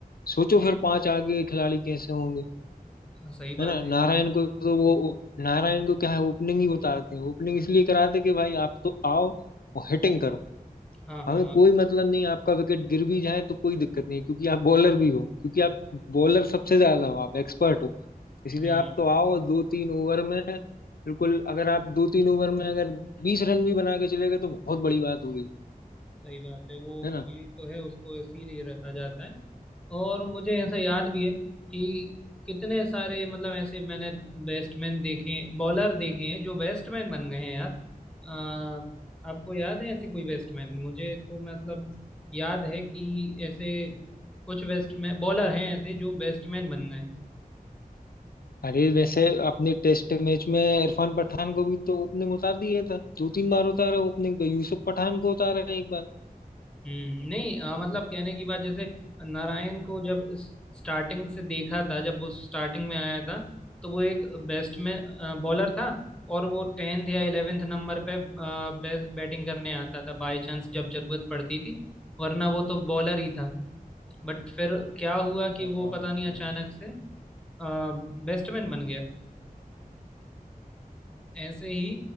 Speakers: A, on the left (about 75°); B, in the centre.
A: सोचो फिर पांच आगे खिलाड़ी कैसे होंगे
B: हाँ, सही
A: है
B: बात
A: ना नारायण
B: है
A: को तो वो नारायण को क्या है ओपनिंग ही उतारते हैं ओपनिंग इसलिए कराते हैं कि भाई आप तो आओ और हिटिंग करो
B: हाँ हाँ
A: हमें कोई मतलब नहीं आपका विकेट गिर भी जाए तो कोई दिक्कत नहीं क्योंकि आप बॉलर भी हो क्योंकि आप बॉलर सबसे ज्यादा हो आप एक्सपर्ट हो इसीलिए
B: हम्म
A: आप तो आओ और दो तीन ओवर में बिल्कुल अगर आप दो तीन ओवर में अगर बीस रन भी बना के चले गए तो बहुत बड़ी बात होगी
B: सही बात है वो
A: है ना
B: ये तो है उसको इसीलिए रखा जाता है और मुझे ऐसा याद भी है कि कितने सारे मतलब ऐसे मैंने बैट्समैन देखे बॉलर देखे हैं जो बैट्समैन बन गए हैं यार अ, आपको याद है ऐसे कोई बैट्समैन मुझे तो मतलब याद है कि ऐसे कुछ बैट्समैन बॉलर हैं ऐसे जो बैट्समैन बन गए
A: अरे वैसे अपने टेस्ट मैच में इरफान पठान को भी तो ओपनिंग उतार दिया था दो तीन बार उतारा ओपनिंग पे यूसुफ पठान को उतारा एक बार
B: हम्म नहीं अ, मतलब कहने की बात जैसे नारायण को जब स्टार्टिंग से देखा था जब वो स्टार्टिंग में आया था तो वो एक बेस्ट में बॉलर था और वो टेंथ या इलेवेंथ नंबर पे बेस्ट बैटिंग करने आता था बाय चांस जब जरूरत पड़ती थी वरना वो तो बॉलर ही था बट फिर क्या हुआ कि
A: हाँ,
B: वो पता नहीं अचानक से बेस्टमैन बन गया ऐसे ही